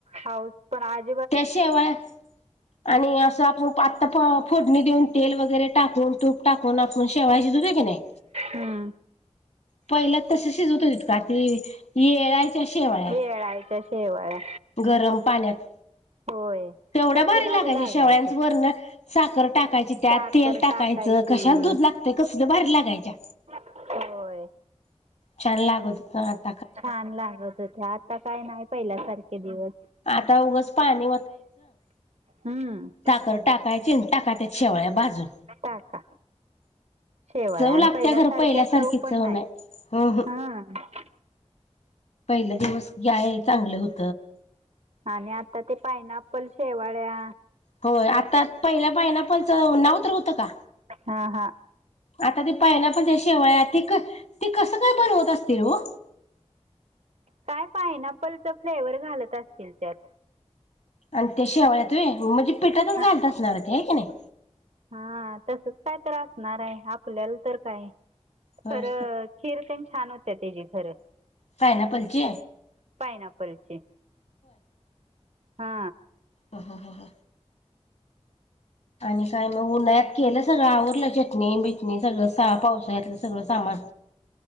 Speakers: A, on the right; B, on the left.
A: हाऊस पण आज,
B: त्या शेवळ्या आणि असं आपण आता फोडणी देऊन, तेल वगैरे टाकून, तूप टाकून, आपून शेवाळ्या शिजवतोय की नाही,
A: हूं..
B: पहिल्या तसं शिजवत होतीत का ते येळायच्या शेवाळ्या.
A: येळायच्या. शेवाळ्या
B: गरम पाण्यात
A: होय
B: तेवढ्या
A: कसलं
B: भारी लागायच्या
A: लागायचं
B: शेवळ्यांचं वरण साखर टाकायची त्यात.
A: साखर
B: तेल टाकायचं,
A: टाकायची.
B: कशाचं दूध लागतंय कसलं भारी लागायच्या.
A: होय
B: छान लागत हुतं.
A: छान लागत होत्या, आता काय नाहीत. पहिला सारखे दिवस....
B: आता उगच पाणी
A: हूं...
B: तर टाकायची अन् टाका त्यात शेवळ्या भाजून.
A: टाका शेवाळ्या
B: चव
A: आणि
B: लागत्या,
A: पहिल्यासारख्या
B: खरं पहिल्यासारखी
A: पण
B: चव नाही. हम
A: हा.. हं.
B: पहिले दिवस घ्या हे चांगलं होतं.
A: आणि आत्ता ते पायनाप्पल शेवाळ्या,
B: होय आत्ता पहिल्या पायनॅपलचं नाव तर हुतं का.
A: हा हा
B: आता ते पायनापलच्या शेवाळ्या, ते ते कसं काय बनवत असतील हो?
A: काय पानपलचं फ्लेवर घालत असतील त्यात.
B: आणि त्या शेवळ्यात होय म्हणजे पिठातच
A: हा
B: घालत असणार ते हाय का नाही.
A: हा तसंच काय तर असणार आहे, आपल्याला तर काय.
B: होय
A: खरं... खीर तेन छान होत्या तेजी खरं.
B: पायनापलची
A: पायनापलची हा
B: ह ह ह हा आणि काय मग उन्हाळ्यात केलं सगळं, आवरलं चटणी- बिटणी सगळं सा पावसाळ्यातलं सगळं सामान.?